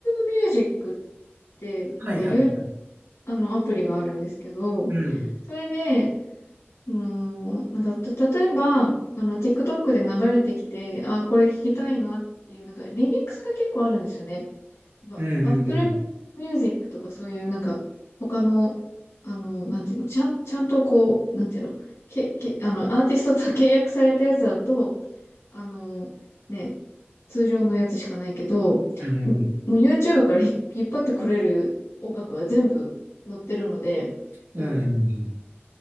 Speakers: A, on the left; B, on the right.
A: ミュージックって、
B: はいはいはい。
A: なんか有あの、アプリがあるんですけど、
B: うん。
A: それで、その、なんか、た、例えば、あの、TikTok で流れてきて、あー、これ聞きたいなっていう、なんか、リミックスが結構あるんですよね。やっぱ、
B: うんうんうん。
A: Apple Music とかそういう、なんか、他の、あの、なんていうの、ちゃん、ちゃんとこう、なんていうの、け、け、あの、アーティストと契約されたやつだと、あの、ね、通常のやつしかないけど、
B: うん。
A: もう YouTube からひ引っ張ってこれる音楽は全部載ってるので、
B: うん。
A: その
B: うんうん